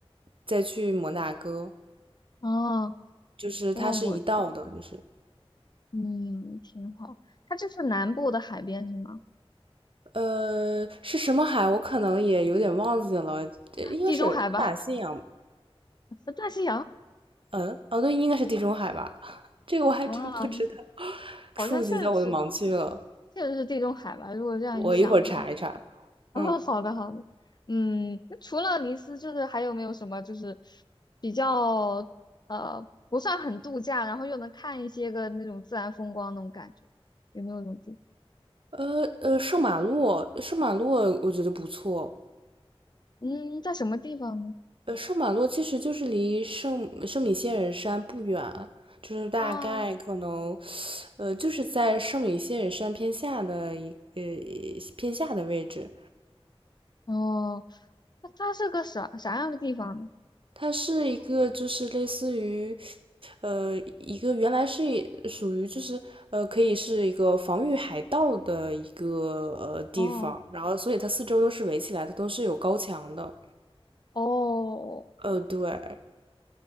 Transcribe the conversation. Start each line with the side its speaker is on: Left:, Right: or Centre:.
Right: 再去摩纳哥，
Left: 哦。
Right: 就是它是一道的，
Left: 哇，我
Right: 就是
Left: 嗯，挺好。它这是南部的海边是吗？
Right: 呃是什么海，我可能也有点忘记了，呃应该是大西洋，
Left: 地中海吧，<laughs> 大西洋。
Right: 嗯，哦对，应该是地中海吧，<laughs> 这个我还真不知道，
Left: 哇，
Right: <laughs> 触及到我的盲区了，
Left: 好像确实是，确实是地中海吧。如果这样一想的话，
Right: 我一会儿查一查，
Left: <laughs> 哦，
Right: 嗯，
Left: 好的好的。嗯，那除了尼斯，就是还有没有什么就是比较呃不算很度假，然后又能看一些个那种自然风光那种感觉？有没有这种地方
Right: 呃呃，圣马洛，圣马洛我觉得不错。
Left: 嗯，在什么地方呢？
Right: 呃，圣马洛其实就是离圣圣米歇尔山不远，就是大概可能
Left: 啊，
Right: 呃，就是在圣米歇尔山偏下的一呃偏下的位置。
Left: 哦，那它是个啥啥样的地方呢？
Right: 它是一个就是类似于呃一个原来是一属于就是呃可以是一个防御海盗的一个呃地方，
Left: 哦
Right: 然后所以它四周都是围起来的，都是有高墙的。
Left: 哦
Right: 呃，对